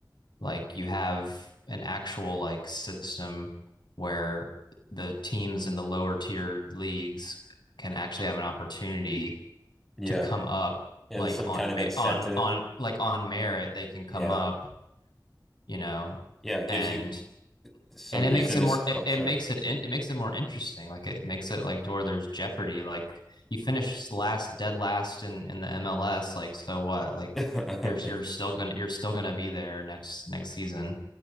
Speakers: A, on the left; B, in the centre.
A: like you have an actual like system where the teams in the lower tiered leagues can actually have an opportunity
B: Yeah.
A: to come up
B: Yeah,
A: like
B: there's some
A: on
B: kind of
A: me-
B: incentive.
A: on on like on merit they can come
B: Yeah.
A: up you know
B: Yeah, it gives
A: and
B: you some
A: and it
B: reason
A: makes it
B: to
A: more
B: s-
A: it,
B: oh,
A: it
B: sorry.
A: makes it it makes it more interesting like it makes it like to where there's jeopardy like you finish last dead last in in the mls like so what like
B: <laughs>
A: you're you're still gonna you're still gonna be there next next season